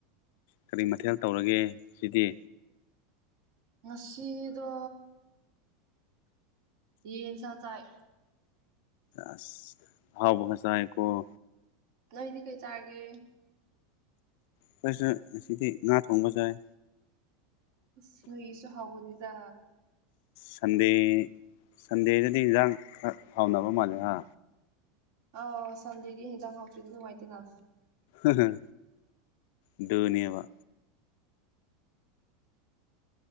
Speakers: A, on the left (about 65°); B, on the right (about 65°).
A: ꯀꯔꯤ ꯃꯊꯦꯜ ꯇꯧꯔꯒꯦ ꯁꯤꯗꯤ꯫
B: ꯉꯁꯤꯁꯤꯗꯣ ꯌꯦꯟ ꯁꯥ ꯆꯥꯏ꯫
A: ꯑꯁꯥ ꯍꯥꯎꯕꯁ ꯀꯧ꯫
B: ꯅꯗꯤ ꯀꯩ ꯆꯥꯔꯒꯦ꯫
A: ꯑꯩꯈ‌ꯣꯏꯁꯨ ꯉꯁꯤꯗꯤ ꯉꯥ ꯊꯣꯡꯕ ꯆꯥꯏ꯫
B: ꯑꯁ ꯅꯣꯏꯒꯤꯁꯨ ꯍꯥꯎꯒꯅꯤꯗ
A: ꯁꯟꯗꯦ ꯁꯟꯗꯦꯗꯗꯤ ꯏꯟꯖꯥꯡ ꯈ ꯍꯥꯎꯅꯕ ꯃꯥꯜꯂꯦ ꯍꯥ
B: ꯑꯥꯎ ꯁꯟꯗꯦꯗꯤ ꯍꯦꯟꯖꯥꯡ ꯍꯥꯎꯇꯗꯤ ꯅꯨꯡꯉꯥꯏꯇꯦꯅ
A: ꯑꯗꯨꯅꯤ ꯑꯗꯨꯅ‌ꯦꯕ